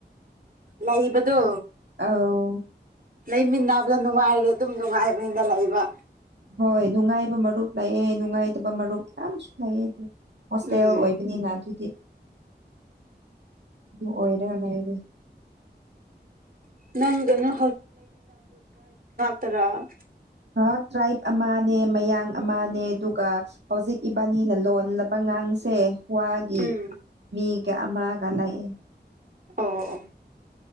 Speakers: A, on the right; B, on the right.
A: ꯂꯩꯕꯗꯣ
B: ꯑꯥꯎ
A: ꯂꯩꯃꯤꯟꯅꯕꯗ ꯅꯨꯡꯉꯥꯏꯔꯦ ꯑꯗꯨꯝ ꯅꯨꯡꯉꯥꯏꯕꯅꯤꯅ ꯂꯩꯕ
B: ꯍꯣꯏ ꯅꯨꯡꯉꯥꯏꯕ ꯃꯔꯨꯞ ꯂꯥꯛꯑꯦ ꯅꯨꯡ ꯅꯨꯡꯉꯥꯏꯇꯕ ꯃꯔꯨꯞ ꯌꯥꯝꯁꯨ ꯂꯩꯑꯦ ꯑꯗꯨ ꯍꯣꯁꯇꯦꯜ
A: ꯎꯝ
B: ꯑꯣꯏꯕꯅꯤꯅ ꯑꯗꯨꯗꯤ ꯑꯣꯏꯔ ꯂꯩꯔꯦ
A: ꯅꯪ ꯀꯩꯅꯣ ꯇꯔꯥ
B: <unintelligible> ꯇ꯭ꯔꯥꯏꯕ ꯑꯃꯅꯦ ꯃꯌꯥꯡ ꯑꯃꯅꯦ ꯑꯗꯨꯒ ꯍꯧꯖꯤꯛ ꯏꯕꯥꯅꯤꯅ ꯂꯣꯜꯂꯕ ꯉꯥꯡꯁꯦ ꯋꯥꯒꯤ
A: ꯎꯝ
B: ꯃꯤꯒ ꯑꯃꯒ ꯂꯥꯛꯑꯦ
A: ꯑꯣꯑꯣ